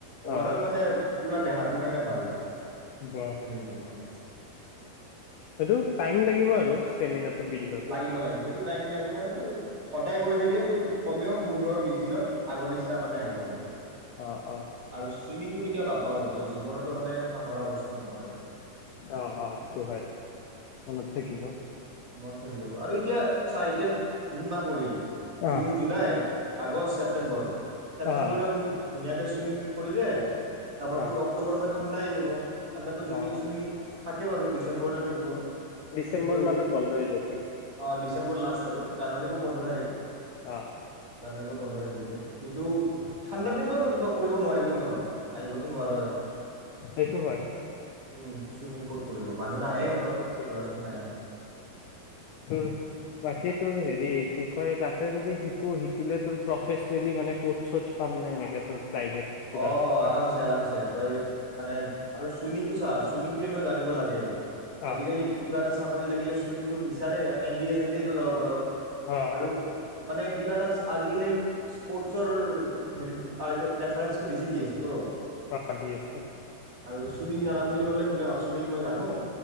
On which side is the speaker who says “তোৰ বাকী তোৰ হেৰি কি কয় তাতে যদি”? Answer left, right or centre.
Left